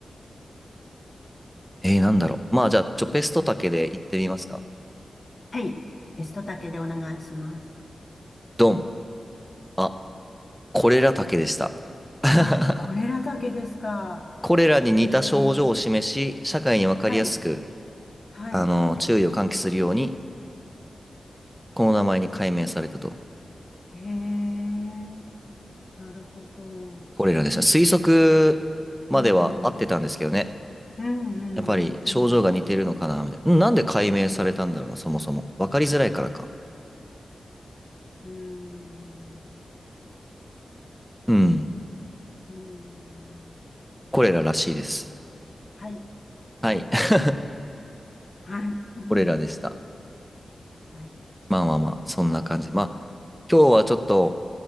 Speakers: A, in the centre; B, on the left.
A: えー、なんだろう。まあじゃあ、ちょ、ペスト竹で行ってみますか。
B: はい。ベストだけでお願いします。
A: ドン。あこれらだけでした。<laughs>
B: あ、これらだけですか。
A: これらに似た症状を示し、
B: へえ。
A: 社会にわかりやすく、
B: はい。はい。
A: あの、注意を喚起するように、この名前に改名されたと。
B: へえ。なるほど。
A: これらでした。推測までは合ってたんですけどね。
B: うん。うんうんうん
A: やっぱり症状が似てるのかな、みたいな。うんなんで改名されたんだろうな、
B: うん。
A: そもそも。わかりづらいからか。
B: うん。
A: うん。
B: うん。
A: これららしいです。
B: はい。
A: はい。
B: わかりました。
A: <laughs>
B: はい。うん
A: これらでした。
B: はい。
A: まあまあまあ、そんな感じ。まあ、今日はちょっと、